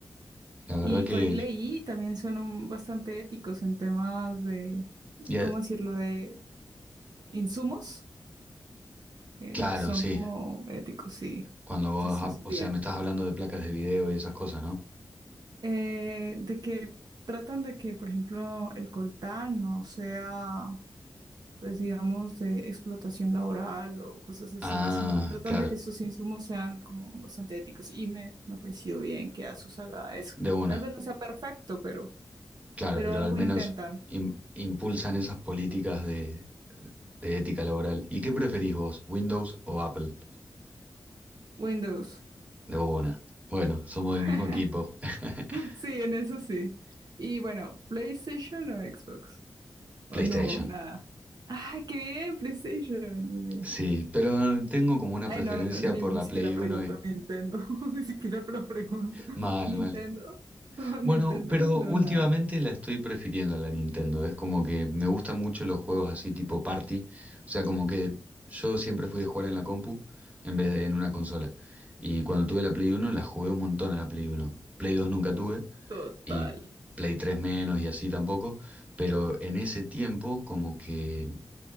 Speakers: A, on the right; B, on the right.
A: La verdad
B: Y
A: que.
B: por ahí leí, también son un- bastante éticos en temas de,
A: Y a-
B: ¿cómo decirlo?, de insumos. eh,
A: Claro,
B: son
A: sí.
B: como éticos, sí.
A: Cuando vos,
B: Entonces,
A: ha- o
B: bien.
A: sea, me estás hablando de placas de video y esas cosas, ¿no?
B: Eh, de que tratan de que, por ejemplo, el coltán no sea pues digamos, de explotación laboral o cosas así,
A: Ah,
B: sino que tratan
A: claro,
B: de que sus insumos sean como bastante éticos. Y me, me apreció bien que ASUS haga eso.
A: de una.
B: Tal vez no sea perfecto, pero,
A: Claro,
B: pero
A: pero
B: algo
A: al menos
B: intentan.
A: im- impulsan esas políticas de, de ética laboral. ¿Y qué preferís vos, Windows o Apple?
B: Windows.
A: De una. Bueno, somos del mismo
B: <laughs>
A: equipo. <laughs>
B: Sí, en eso sí. Y bueno, ¿PlayStation o Xbox? O
A: PlayStation.
B: no, nada. ¡Ay, qué bien! PlayStation, muy bien.
A: Sí, pero tengo como una
B: Ay,
A: preferencia
B: no, no, ni,
A: por
B: ni
A: la
B: siquiera
A: Play
B: pregunto
A: 1 y...
B: Nintendo, <laughs> ni siquiera lo pregunto.
A: Mal,
B: ¿Nintendo?
A: mal.
B: <laughs>
A: Bueno,
B: ¿Nintendo?
A: pero
B: No,
A: últimamente
B: nada.
A: la estoy prefiriendo a la Nintendo. Es como que me gustan mucho los juegos así tipo party. O sea, como que yo siempre fui de jugar en la compu en vez de en una consola. Y cuando tuve la Play Uno la jugué un montón a la Play Uno, Play 2 nunca tuve
B: Total.
A: y Play 3 menos y así tampoco. Pero en ese tiempo como que